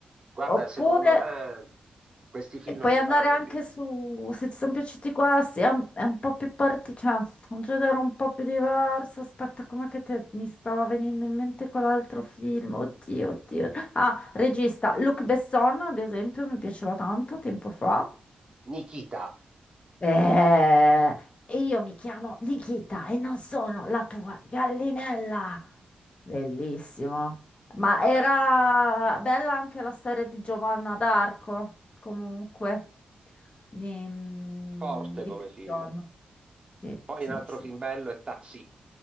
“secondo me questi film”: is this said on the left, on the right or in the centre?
Right